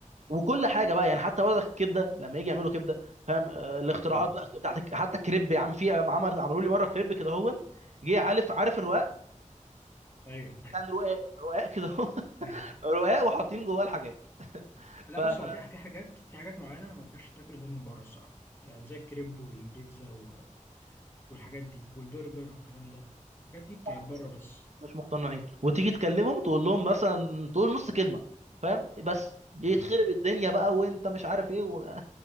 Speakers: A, on the right; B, on the left.
A: وكل حاجه بقى يعني حتى برضك الكبده لما يجي يعملوا كبده فاهم آه، الاختراعات
B: اه
A: بقى بتاعت الك- حتى الكريب يا عم في عمل عملوا لي مره كريب كده هو جه عارف عارف الرقاق
B: ايوه
A: كان رقاق رقاق كده هو <laughs>
B: <laughs>
A: رقاق وحاطين جواه الحاجات <laughs>
B: لا
A: ف,
B: بص
A: ف...
B: هو
A: لا،
B: في في حاجات في حاجات معينه ما ينفعش تاكل غير من بره الصراحه يعني زي الكريب والبيتزا و- والحاجات دي والبرجر والكلام ده الحاجات دي بتاعت بره
A: مش
B: بس
A: مش مقتنعين وتيجي تكلمهم تقول لهم مثلا تقول نص كلمه فاهم بس يتخرب
B: ما-
A: الدنيا بقى وانت مش عارف ايه و...